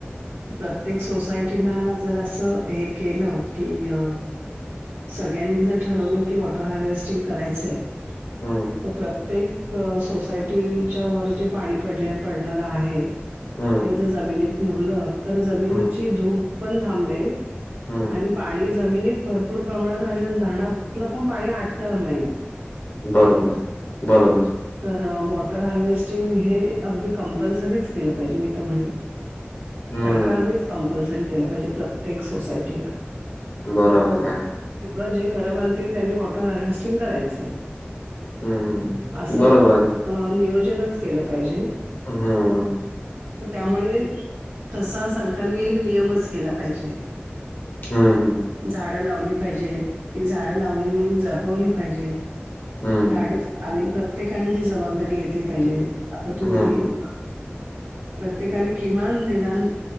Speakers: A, on the right (about 80°); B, on the left (about 55°).
A: प्रत्येक सोसायटीला जर असं हे केलं की अ सगळ्यांनी जर ठरवलं की वॉटर हार्वेस्टिंग करायचंय
B: हं,
A: तर प्रत्येक क सोसायंटीच्या वर जे पाणी पडले पडणांर आहे
B: हं,
A: ते ज जमिनींत मुरलं तरं जमिनींची
B: हं,
A: धूप पणं थांबेल
B: हं,
A: आणि
B: हं.
A: पाणी जमिनींत भरपूर प्रमाणांत राहिले तर धरणांतलं पणं पाणी आंटणार नाहीं मंग
B: बरोबर बरोबर
A: तर वॉटर हार्वेस्टिंग हे अगदीं कंपल्सरीच केलं पाहिजे मी तरं म्हणणें
B: हं,
A: सरकांरनेच कंपल्सरी केलं पाहिजे प्रत्येक सोसांयटीला
B: बरोबर आहे.
A: कवा जे घर बांधतील त्यांनी वॉटर हार्वेस्टिंग करायचय.
B: हं, हं.
A: असं
B: बरोबर आहे.
A: नियोजनच केलं पाहिजे.
B: हम्म.
A: तर त्यामुळे तसा सरकारने एक नियमच केला पाहिजे.
B: हम्म हम्म.
A: झाड लावली पाहिजेत ती झाड लावले जगवली पाहिजेत
B: हं,
A: झाड आणि प्रत्येकाने जी जबाबदारी घेतली पाहिजे आता तुम्ही
B: हं, हं,
A: अ प्रत्येकाने किमान निदान